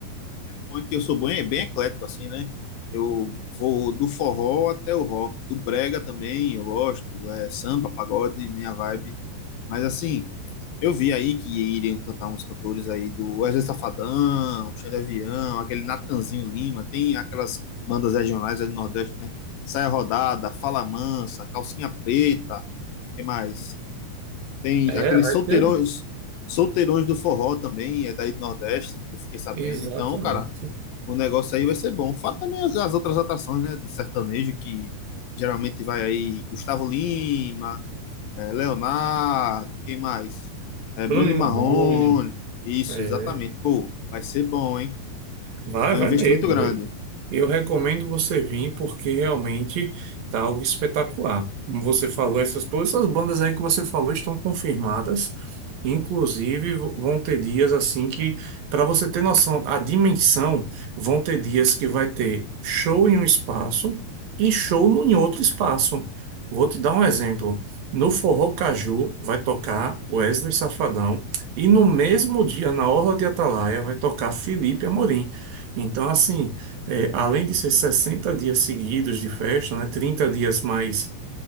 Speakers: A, on the left; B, on the right.
A: O bom é que eu sou bem, é bem eclético, assim, né? Eu vou do forró até o rock, do brega também, eu gosto, é samba, pagode, minha vibe. Mas assim, eu vi aí que iriam cantar uns cantores aí do Wesley Safadão, Xande Avião, aquele Natanzinho Lima, tem aquelas bandas regionais aí do Nordeste, né? Saia Rodada, Fala Mansa, Calcinha Preta, tem mais? Tem
B: É,
A: aqueles
B: vai
A: solteirões,
B: ter.
A: solteirões do forró também, é daí do Nordeste, eu fiquei sabendo.
B: Exatamente.
A: Então, cara, o negócio aí vai ser bom. Fora também as, as outras atrações, né, do sertanejo, que geralmente vai aí Gustavo Lima, é, Leonardo, quem mais? É,
B: Bruno
A: Bruno
B: e
A: e
B: Marrone.
A: Marrone. Isso,
B: é,
A: exatamente. Pô, vai ser bom, hein?
B: vai,
A: É
B: vai
A: um investimento
B: mesmo.
A: grande.
B: Eu recomendo você vir porque realmente tá algo espetacular. Como você falou, essas todas essas bandas aí que você falou estão confirmadas. Inclusive, v- vão ter dias assim que, para você ter noção, a dimensão, vão ter dias que vai ter show em um espaço e show no- em outro espaço. Vou te dar um exemplo. No Forró Caju vai tocar Wesley Safadão e no mesmo dia, na Orla de Atalaia, vai tocar Felipe Amorim. Então, assim. É, além de ser 60 dias seguidos de festa, né, 30 dias mais